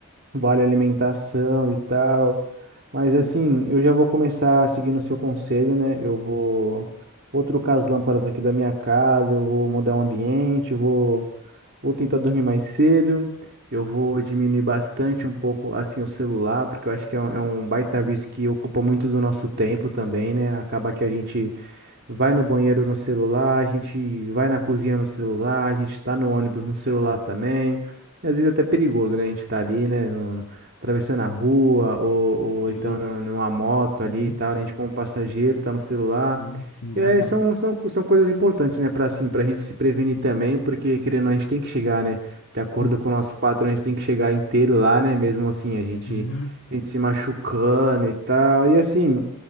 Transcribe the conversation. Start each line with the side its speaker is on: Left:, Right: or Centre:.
Right: vale alimentação e tal. Mas
Left: Sim,
Right: assim, eu já vou começar seguindo o seu conselho, né? Eu vou, vou trocar as lâmpadas aqui da minha casa, eu vou mudar o ambiente, eu vou, vou tentar dormir mais cedo, eu vou diminuir bastante um pouco assim o celular, porque eu acho que é um, é um baita vício que ocupa muito do nosso tempo também, né? Acaba que a gente vai no banheiro no celular, a gente vai na cozinha no celular, a gente está no ônibus no celular também. E às vezes é até perigoso, né? A gente tá ali, né? no- no- atravessando a rua, ou, ou
Left: isso.
Right: então nu- numa moto
Left: Sim.
Right: ali e tal, a gente como passageiro tá no celular.
Left: Sim, sim,
Right: E
Left: verdade.
Right: aí são, são, são coisas importantes, né? para assim, para a gente se prevenir também, porque querendo, ou não, a gente tem que chegar, né? De acordo
Left: Sim,
Right: com o nosso patrão, a gente tem que chegar inteiro lá, né? Mesmo assim, a gente,
Left: sim, sim,
Right: a gente se machucando e tal. E assim.